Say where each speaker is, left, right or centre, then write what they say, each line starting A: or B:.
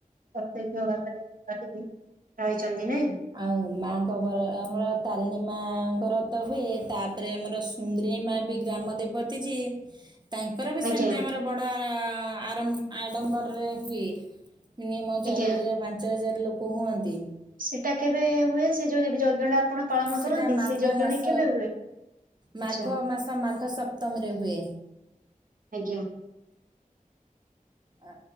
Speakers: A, on the right; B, on the right.
A: ପ୍ରତ୍ୟକ୍ଷ ଭାବରେ <inaudible> ରହିଛନ୍ତି ନାଇଁ?
B: ଆଉ ମାଙ୍କ ବର ଆମର ତାରିଣୀ ମାଙ୍କର ତ ହୁଏ, ତାପରେ ଆମର ସୁ ନ୍ଦରେଇ ମା ବି ଗ୍ରାମ ଦେବତୀ ଯେ ତାଙ୍କର ବି ସେମିତି
A: ଆଜ୍ଞା
B: ଆମର ବଡ଼ ଆରମ୍ ଆଡମ୍ବରରେ ହୁଏ। ମିନିୟମ ଚାରି
A: ଆଜ୍ଞା
B: ହଜାର ପାଞ୍ଚ ହଜାର ଲୋକ ହୁଅନ୍ତି।
A: ସେଟା କେବେ ହୁଏ ସେ ଯୋଉ ଯ- ଯଜ୍ଞ ଆପଣ ଟା। ପାଳନ
B: ସେଟା
A: କରନ୍ତି
B: ମାଘ
A: ସେ ଯଜ୍ଞ
B: ମାସ।
A: ଟା କେବେ ହୁଏ? ଆଚ୍ଛା
B: ମାଘ ମାସ ମାଘ ସପ୍ତମୀରେ ହୁଏ।
A: ଆଜ୍ଞା।
B: ଅ,